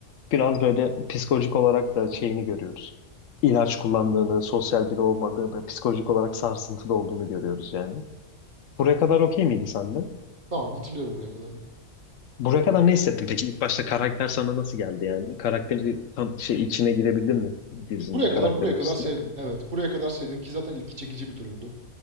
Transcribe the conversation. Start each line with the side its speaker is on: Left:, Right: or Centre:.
Left: Biraz böyle psikolojik olarak da şeyini görüyoruz. İlaç kullandığını, sosyal biri olmadığını, psikolojik olarak sarsıntıda olduğunu görüyoruz yani. Buraya kadar okey miydi sende?
Right: Tamam hatırlıyorum buraya kadarını.
Left: Buraya kadar ne hissettin peki? İlk başta karakter sana nasıl geldi yani? Karakteri tam şey içine girebildin mi dizinin
Right: Buraya
Left: karakter
Right: kadar buraya
Left: açısından?
Right: kadar sevdim. Evet, buraya kadar sevdim ki zaten ilgi çekici bir durumdu.